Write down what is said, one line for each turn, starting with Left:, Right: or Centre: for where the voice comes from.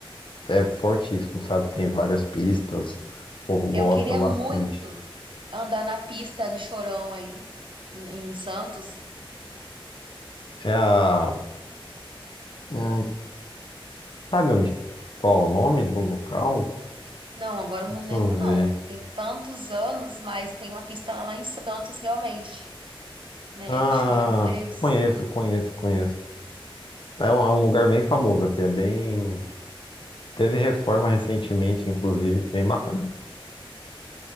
Left: é fortíssimo, sabe? Tem várias pistas, o povo gosta
Right: Eu queria
Left: bastante.
Right: muito andar na pista do Chorão aí, em Santos.
Left: É a. hum, Sabe onde? Qual é o nome do local?
Right: Não, agora
Left: Deixa
Right: eu não lembro,
Left: eu
Right: não.
Left: ver.
Right: Tem tantos anos, mas tem uma pista lá em Santos, realmente, né?
Left: Ah,
Right: Que Chorão fez.
Left: conheço, conheço, conheço. É um, é um lugar bem famoso aqui, é bem. Teve reforma recentemente, inclusive, bem bacana.